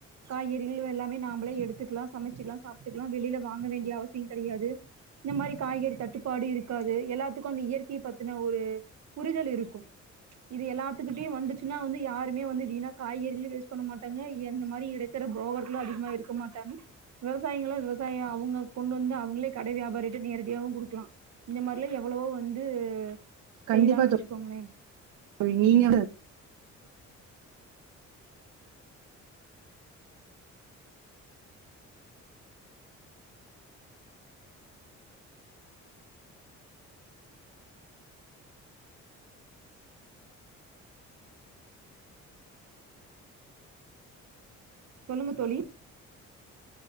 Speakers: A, on the right (about 60°); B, on the right (about 80°).
A: காய்கறிகள்ளும் எல்லாமே நாமமளே எடுத்துக்கலாம் சமைச்சுக்கலாம் சாப்பட்டுக்கலாம் வெளியில வாங்க வேண்டிய அவசியம் கிடையாது இந்த மாரி காய்கறி தட்டுப்பாடு இருக்காது எல்லாத்துக்கும் அந்த இயற்கையை பத்தின ஒரு புரிதல் இருக்கும் இது எல்லாத்துக்கிட்டயும் வந்துச்சுன்னா வந்து யாருமே வந்து வீணா காய்கறிலும் வேஸ்ட் பண்ண மாட்டாங்க அந்த மாரி இருக்கிற போகர்களும் அதிகமா இருக்க மாட்டாங்க விவசாயிங்களும் விவசாயம் அவங்க கொண்டு வந்து அவங்களே கட வியாபாரிகிட்ட நேரடியாவும் கொடுக்கலாம் இந்த மாரிலாம் எவ்வளவோ வந்து
B: கண்டிப்பா
A: செய்யலான்னு வச்சுக்கோங்களே
B: தோழி நீங்க
A: சொல்லுங்க தோழி